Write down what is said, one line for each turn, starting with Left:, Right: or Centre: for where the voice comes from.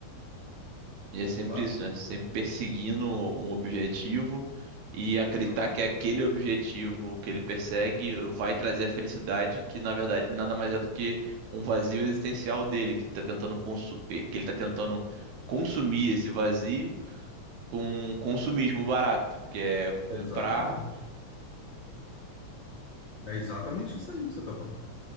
Right: E é sempre
Left: sabe?
Right: isso, né? Sempre perseguindo um objetivo e acreditar
Left: Exatamente.
Right: que aquele objetivo que ele persegue vai trazer a felicidade, que na verdade nada mais é do que um vazio existencial dele, que tá tentando consu- que ele tá tentando consumir esse vazio com consumismo barato, que é comprar,
Left: Exatamente. É exatamente isso aí que você tá falando.